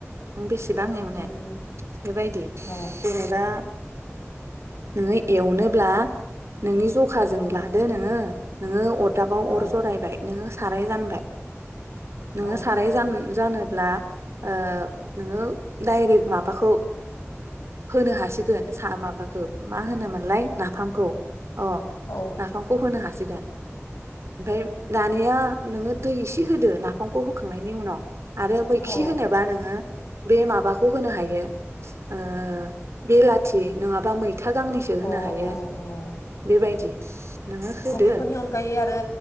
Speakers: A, on the right; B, on the left.
A: नों बेसे सेबां एवनो
B: उम उम
A: बेबायदि
B: औ
A: जेनेबा नोङो एवनोब्ला नोंनि जख खाजों
B: औ
A: लादो नोङो नोङो अदाबाव अर
B: औ
A: जरायबाय नोङो साराय जानबाय। नोङो
B: औ
A: साराय जान जानोब्ला ओ नोङो डायरेक माबाखौ होनो हासिगोन सा माबाखो मा होनो मोन लाय नाफामखौ अ
B: औ
A: नाफामखौ होनो हासिगोन। ओमफाय दानिया नोङो दै इसे होदो नाफामखौ होखांनायनि उनाव। आरो मैखि
B: औ
A: होनोबा नोङो बाखौ होनो हायो ओ बेलाथि नङाबा मै था गांनैसो होनो
B: अ
A: हायो
B: अ अ
A: बेबायदि। <unintelligible> होदो
B: अ बेफोरनि अनगायै आरो